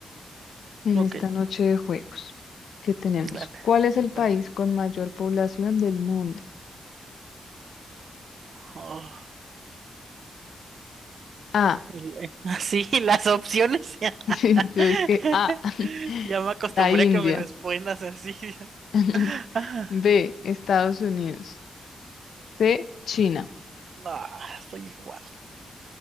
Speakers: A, on the left; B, on the right.
A: en
B: Ok,
A: esta noche de juegos que tenemos.
B: dale,
A: ¿Cuál es
B: dale.
A: el país con mayor población del mundo?
B: Oh.
A: A. <laughs>
B: El- <laughs> Así, las opciones. <laughs>
A: Sí, yo es que A. <laughs>
B: Ya me acostumbré
A: La India.
B: a que me respondas así.
A: <laughs>
B: <laughs>
A: B. Estados Unidos. C. China.
B: No, estoy igual.